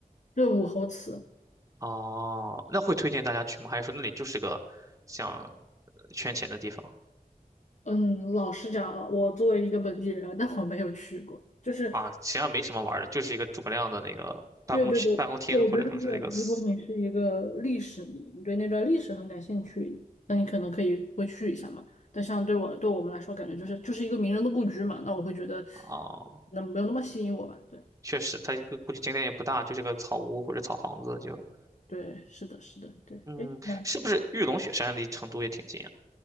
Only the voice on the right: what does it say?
哦，那会推荐大家去吗？还是说那里就是个像呃圈钱的地方
啊？实际上没什么玩儿的，就是一个诸葛亮的那个办公区、
办公厅，
或者说是这个祠。
哦，
确实，它这个估计景点也不大，就是个草屋或者草房子就。
嗯，
是不是玉龙雪山离成都也挺近？啊？